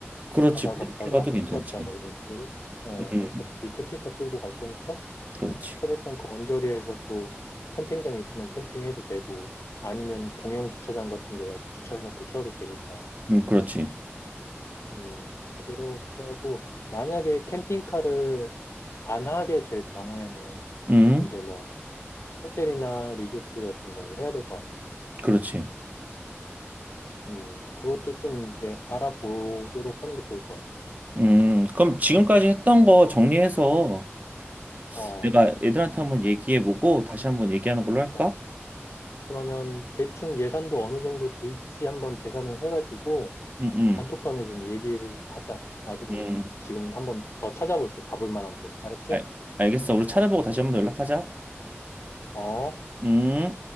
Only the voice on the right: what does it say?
그렇지.
그렇게
가도
괜찮지.
음,
그렇지.
음, 그렇지.
음,
그렇지.
음, 그럼 지금까지 했던 거 정리해서
내가 애들한테 한번 얘기해보고 다시 한번 얘기하는 걸로 할까?
음, 음,
음.
알, 알겠어. 우리 찾아보고 다시 한번 연락하자.
음.